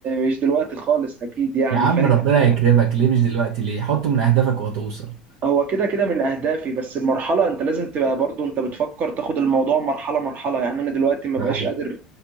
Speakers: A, on the right; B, on the right.
A: مش دلوقتي خالص اكيد يعني
B: يا عم
A: فاهم
B: ربنا يكرمك ليه مش دلوقتي ليه حطه من أهدافك وهتوصل
A: هو كده كده من اهدافي بس المرحله انت لازم تبقى برضو انت بتفكر تاخد الموضوع مرحله مرحله يعني انا دلوقتي ما بقاش
B: ده حقيقي.
A: قادر